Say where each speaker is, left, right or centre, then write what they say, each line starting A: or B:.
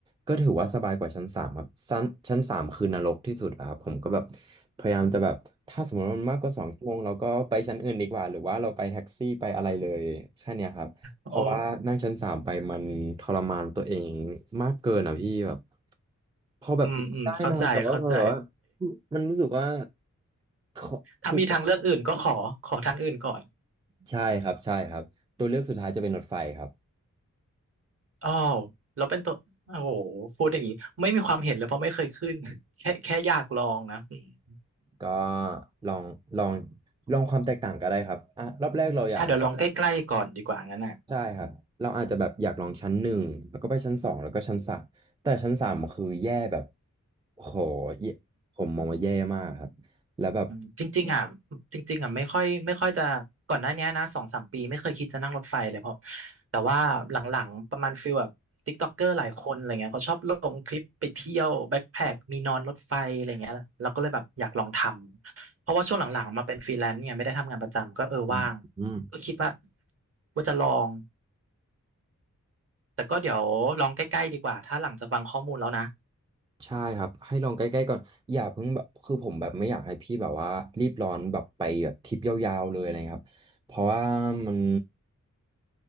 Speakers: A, on the right (about 15°); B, on the right (about 45°).
A: ก็ถือว่าสบายกว่าชั้นสามครับชั้นชั้นสามคือนรกที่สุดแล้วครับผมก็แบบพยายามจะแบบถ้าสมมติว่ามันมากกว่าสองชั่วโมงเราก็ไปชั้นอื่นดีกว่าหรือว่าเราไปแท็กซี่ไปอะไรเลยแค่เนี้ยครับเพราะว่านั่งชั้นสามไปมันทรมานตัวเอง
B: โอ้
A: มากเกินอ่ะพี่แบบพอแบบได้นะแต่ว่าพอแบบว่า
B: อืมอืมเข้าใจเข้าใจ
A: มันรู้สึกว่าขอทุก
B: ถ้ามีทางเลือกอื่นก็ขอขอทางอื่นก่อน
A: ใช่ครับใช่ครับตัวเลือกสุดท้ายจะเป็นรถไฟครับ
B: อ้าวแล้วเป็นตัว โอ้โหพูดอย่างนี้ ไม่มีความเห็นเลยเพราะไม่เคยขึ้น แค่แค่อยากลองนะอม
A: ก็ลองลองลองความแตกต่างก็ได้ครับอ่ะรอบแรกเราอยาก
B: อ่ะเดี๋ยวลองใกล้ๆก่อนดีกว่างั้นอ่ะ
A: ใช่ครับเราอาจจะแบบอยากลองชั้นหนึ่งแล้วก็ไปชั้นสองแล้วก็ชั้นสามแต่ชั้นสามคือแย่แบบโหแย่ผมมองว่าแย่มากครับแล้วแบบ
B: อืมจริงๆอ่ะจริงๆอ่ะไม่ค่อยไม่ค่อยจะก่อนหน้าเนี้ยนะสองสามปีไม่เคยคิดจะนั่งรถไฟเลยเพราะแต่ว่าหลังๆประมาณฟิลแบบติ๊กต็อกเกอร์หลายคนอะไรเงี้ยเขาชอบลงคลิปไปเที่ยวแบ็คแพ็คมีนอนรถไฟอะไรเงี้ยเราก็เลยแบบอยากลองทำเพราะว่าช่วงหลังๆมาเป็นฟรีแลนซ์ไงไม่ได้ทำงานประจำก็เออว่าง
A: อืมอืม
B: ก็คิดว่าว่าจะลองแต่ก็เดี๋ยวลองใกล้ๆดีกว่าถ้าหลังจากฟังข้อมูลแล้วนะ
A: ใช่ครับให้ลองใกล้ๆก่อนอย่าเพิ่งแบบคือผมแบบไม่อยากให้พี่แบบว่ารีบร้อนแบบไปแบบทริปยาวๆเลยอะไรครับเพราะว่ามัน